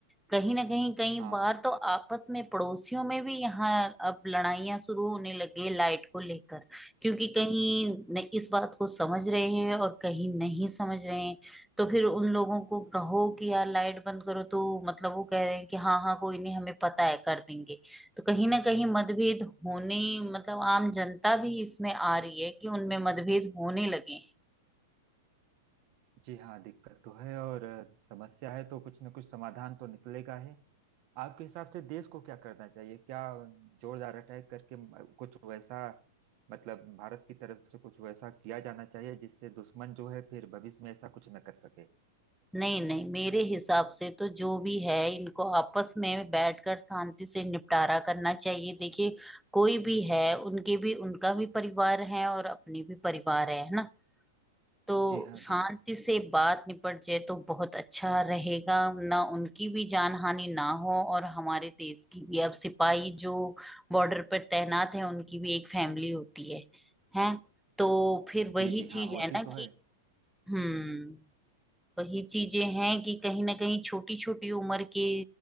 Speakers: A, in the centre; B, on the right.
A: कहीं ना कहीं कई
B: हाँ
A: बार
B: हाँ
A: तो आपस में पड़ोसियों में भी यहाँ अब लड़ाइयां शुरू होने लगे लाइट को लेकर क्योंकि कहीं न- इस बात को समझ रहे हैं और कहीं नहीं समझ रहे हैं तो फिर उन लोगों को कहो कि यार लाइट बंद करो तो मतलब वो कह रहे हैं कि हाँ हाँ कोई नहीं हमें पता है कर देंगे तो कहीं ना कहीं मतभेद होने मतलब आम जनता भी इसमें आ रही है कि उनमें मतभेद होने लगे हैं
B: जी हाँ दिक्कत तो है और अ, समस्या है तो कुछ न कुछ समाधान तो निकलेगा ही आपके हिसाब से देश को क्या करना चाहिए क्या जोरदार अटैक करके म- कुछ वैसा मतलब भारत की तरफ से कुछ वैसा किया जाना चाहिए जिससे दुश्मन जो है फिर भविष्य में ऐसा कुछ न कर सके
A: नहीं नहीं मेरे हिसाब से तो जो भी है इनको आपस में बैठकर शांति से निपटारा करना चाहिए देखिए कोई भी है उनके भी उनका भी परिवार है और अपनी भी परिवार है है ना तो
B: जी हाँ
A: शांति
B: जी हाँ
A: से बात निपट जाए तो बहुत अच्छा रहेगा ना उनकी भी जान हानि ना हो और हमारे देश की भी अब सिपाही जो बॉर्डर पर तैनात है उनकी भी एक फैमिली होती है हैं तो फिर वही
B: जी जी हाँ
A: चीज
B: होती
A: है ना
B: तो
A: कि
B: है
A: हम्म वही चीजें हैं कि कहीं ना कहीं छोटी छोटी उम्र के